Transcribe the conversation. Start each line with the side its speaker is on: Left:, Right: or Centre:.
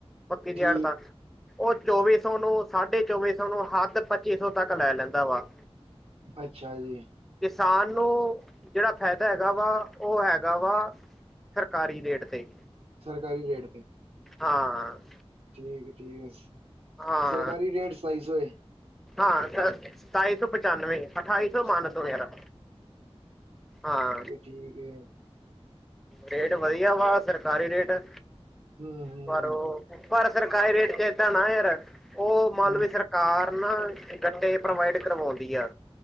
Centre: ਪੱਕੀ ਦੀ
Right: ਠੀਕ
Centre: ਆੜਤਾਂ ਓ ਚੌਵੀ ਸੌ ਨੂੰ, ਸਾਢੇ ਚੌਵੀ ਸੌ ਨੂੰ, ਹਾਦ ਪੱਚੀ ਸੌ ਤੱਕ ਲੈ ਲੈਂਦਾ ਵਾ।
Right: ਅੱਛਾ ਜੀ।
Centre: ਕਿਸਾਨ ਨੂੰ, ਜੜਾ ਫੈਦਾ ਹੈਗਾ ਵਾ, ਓ ਹੈਗਾ ਵਾ ਸਰਕਾਰੀ ਰੇਟ ਤੇ।
Right: ਸਰਕਾਰੀ ਰੇਟ ਤੇ।
Centre: ਹਾਂ।
Right: ਠੀਕੇ, ਠੀਕੇ
Centre: ਹਾਂ
Right: ਸਰਕਾਰੀ ਰੇਟ ਸਤਾਈ ਸੌ ਏ?
Centre: ਹਾਂ, ਸਤਾਈ ਸੌ ਪਚਾਨਵੇਂ। ਅਠਾਈ
Right: ਹੈ
Centre: ਸੌ ਮਾਨਦੋ ਯਾਰਾ, ਹਾਂ।
Right: ਠੀਕੇ।
Centre: ਰੇਟ ਵਧੀਆ ਵਾ ਸਰਕਾਰੀ ਰੇਟ ਏ।
Right: ਹੂੰ ਹੂੰ
Centre: ਪਰ ਓ ਪਰ ਸਰਕਾਰੀ ਰੇਟ ਚ ਏਦਾਂ ਨਾ ਯਾਰ, ਓ ਮਾਲਵੀ
Right: ਹੂੰ
Centre: ਸਰਕਾਰ ਕਾਰ ਨਾ, ਗੱਡੇ ਪ੍ਰੋਵਾਈਡ ਕਰਵੋਂਦੀ ਏ।